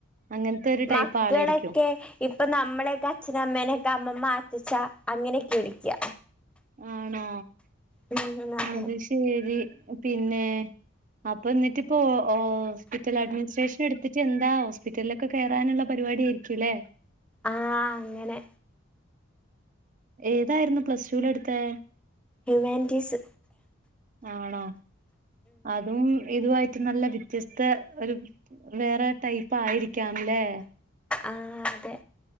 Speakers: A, on the right; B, in the centre.
A: അങ്ങനത്തെ ഒരു ടൈപ്പ്
B: മക്കളൊക്കെ
A: ആളായിരിക്കും
B: ഇപ്പൊ നമ്മളെക്കെ അച്ഛനെ അമ്മേനൊക്കെ അമ്മമ്മ അഛച്ചാ അങ്ങനെയൊക്കെ വിളിക്ക
A: ആണോ
B: ഉം അതെ
A: അത് ശരി പിന്നെ അപ്പൊ എന്നിട്ട ഇപ്പോ ഹോസ്പിറ്റൽ അഡ്മിനിസ്ട്രേഷൻ എടുത്തിട്ട് എന്താ ഹോസ്പിറ്റലിലൊക്കെ കയറാനുള്ള പരി പരിപാടിയായിരിക്കുലേ
B: ആഹ് അങ്ങനെ
A: ഏതായിരുന്നു പ്ലസ്ടുലെടുത്തെ
B: ഹ്യൂമാൻറ്റീസ്
A: ആണോ അതും ഇതുവായി <unintelligible> നല്ല വ്യത്യസ്ത ഒരു വേറെ ടൈപ്പ് ആയിരിക്കാം ല്ലേ
B: ആ അതെ